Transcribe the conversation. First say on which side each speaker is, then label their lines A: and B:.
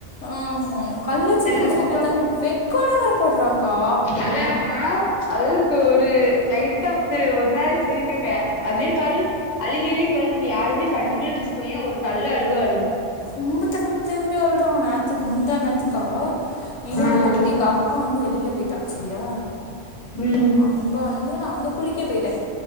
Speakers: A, on the left (about 75°); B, on the left (about 40°).
A: ஆமா கள்ளச்சிரிப்பு
B: அதுக்கப்ப
A: சிரிக்கிறத தாண்டி வெட்கோல்லா வேற படுறாக்கா
B: அதாமா அதுக்கு ஒரு லைட்டா ஒரு மாரி சிரிக்குங்க அந்த மாரி பாரு அழிகி அழிகி பாரு நம்ம யாருமே கண்டுக்கலன்னு வச்சுகோயே ஒரு கள்ள அழுக அழுகு
A: கும்பத்த தேம்பி தேம்பி அழுறா நேத்து முந்தா நேத்துக்கா இவனுக்கு
B: ம்
A: எங்க அக்கா வந்து வெளில போயிட்டா செரியா
B: ம்
A: அப்ப வந்து நா வந்து குளிக்க போயிட்டே